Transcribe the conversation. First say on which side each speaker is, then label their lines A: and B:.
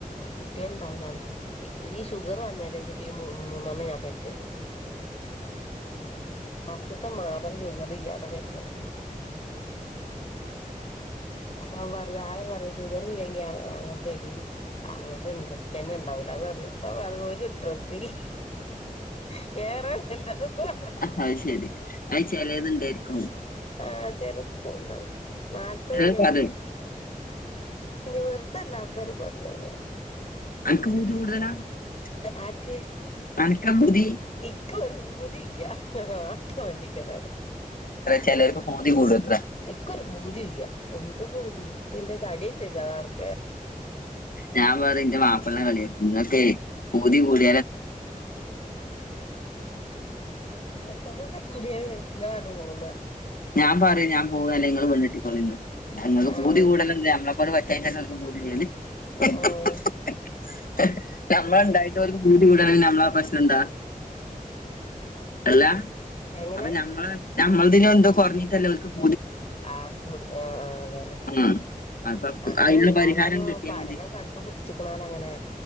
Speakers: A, on the left (about 45°); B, on the left (about 75°).
A: കുട്ടികൾ ഉണ്ടാവൂലാന്ന്? ഈ ഷുഗറ് വന്നതിനുശേഷം മൂ മൂന്നെണ്ണം ഞാൻ പെറ്റത്. ഫസ്റ്റ്ത്തെ മാത്രം ഷുഗറിയ്യാതെ പെറ്റതാ. !!!!!!!!!! <unintelligible>
B: ആഹ് അത് ശരി. അത് ചെലത്ണ്ടായിരിക്കും.
A: !!!!!!!!!! ഇപ്പോ
B: ചിലർക്ക്
A: ഇനി
B: അത്
A: വെറുതെയല്ല ആൾക്കാര് പറഞ്ഞത്
B: !!!!!!!!!!
A: ആർക്ക്?
B: !!!!!!!!!!
A: !!!!!!!!!!
B: ചെലർക്ക് പൂതി കൂടുത്രെ
A: എക്കൊരു പൂതീല്ല എന്ത് പൂതി ക്ക് <unintelligible>
B: ഞാ പറെം.. ഇന്റെ വാപ്ൾനെ കളിയാക്കു !!!!!!!!!!
A: !!!!!!!!!!
B: !!!!!!!!!! <unintelligible>
A: ആഹ് ആഹ്
B: ഞമ്മൾണ്ടായിട്ടും അവര്ക്ക് പൂ <unintelligible> നമ്ള പ്രശ്നന്താ അല്ല
A: എങ്ങനെ
B: അപ്പ ഞമ്മള് !!!!!!!!!!!!!!!!!!!!!!
A: ആഹ് <unintelligible> ആഹ് അഹ് അതന്നെ
B: ഉം അപ്പൊ
A: അങ്ങണ്ടാലന്നു
B: അതിനുള്ള പരിഹാരം കിട്ടിയാ
A: പഠനം
B: മതി
A: കണ്ടു പിടിച്ചിക്കണാലങ്ങനെ